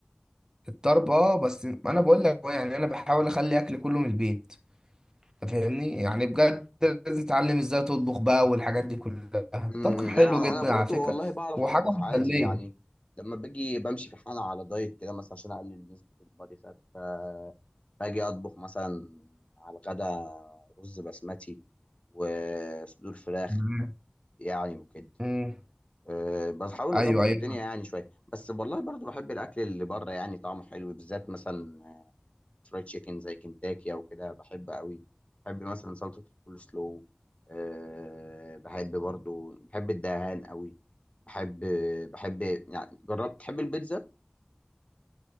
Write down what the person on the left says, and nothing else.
امم
انا
انا برضو
والله بعرف
اطبخ عادي
يعني لما باجي بمشي في حالة على دايت كده مثلا عشان اقلل نسبة البادي فات ب- باجي اطبخ مثلا على الغدا رز بسمتي وصدور فراخ
يعني وكده
أه، بحاول
اظبط
الدنيا يعني شوية بس والله برضو بحب الاكل اللي بره يعني طعمه حلو بالذات مثلا فرايد تشيكن زي كنتاكي او كده بحب قوي بحب مثلا سلطه الكول سلو أه بحب برضو بحب الدهان قوي بحب بحب يعني جربت تحب البيتزا